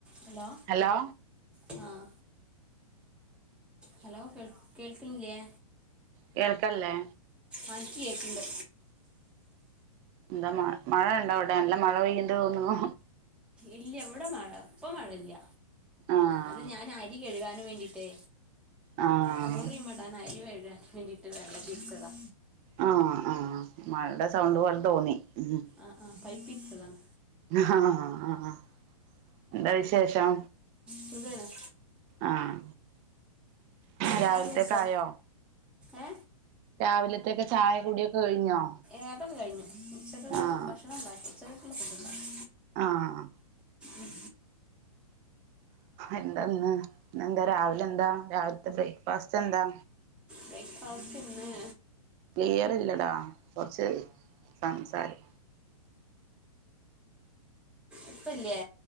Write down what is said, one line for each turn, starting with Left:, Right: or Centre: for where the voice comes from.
Centre: Hello
Right: hello
Centre: ആഹ hello കേ കേൾക്ക്ന്ണില്ല്യേ
Right: കേൾക്കല്ലേ
Centre: ആ ഇൻക്കേൾക്കണ്ട്
Right: എന്താ മ മഴ ഉണ്ടവിടെ നല്ല മഴ പെയ്യ്ണ്ട് തോന്നുണൂ
Centre: ഇല്ല്യ വിടെ മഴ ഇപ്പ മഴല്ല
Right: ആഹ്
Centre: അത് ഞാൻ അരി കഴികാന് വേണ്ടിട്ടേ
Right: ആഹ്
Centre: ചോറീമടാൻ അരികയികാൻ വേണ്ടിട്ട് വെള്ളം തിരിചതാ
Right: ആഹ ആഹാ മഴയുടെ സൗണ്ട് പോല തോന്നി ഉം
Centre: ആഹാ ആഹാ പൈപ്പ് തിരിച്ചതാണ്
Right: ആഹാ ഹാ എന്താ വിശേഷം
Centre: സുഖമാണ്
Right: ആഹ രാവിലത്തെക്കായോ
Centre: ചായയൊക്കെ കുടിച്ചോ ഏ
Right: രാവിലത്തെക്കെ ചായ കുടിയൊക്കെ കഴിഞ്ഞോ
Centre: ഏതൊകെ കഴിഞ്ഞു ഉച്ചക്
Right: ആഹ്
Centre: ഭക്ഷണം ഉണ്ടാക്കി ഉച്ചകക്കുള്ള ഫുഡ് ഉണ്ടാക്കി
Right: ആഹാ
Centre: ഉം
Right: എന്താന്ന് എന്താ രാവിലെ എന്താ രാവിലത്തെ ബ്രേക്ക്ഫാസ്റ്റ് എന്താ
Centre: ബ്രൈക്ക്ഫാസ്റ്റ്ന്ന്
Right: ക്ലിയറില്ലടാ കുറച്ച് സംസാരം...
Centre: ഇപ്പല്ല്യേ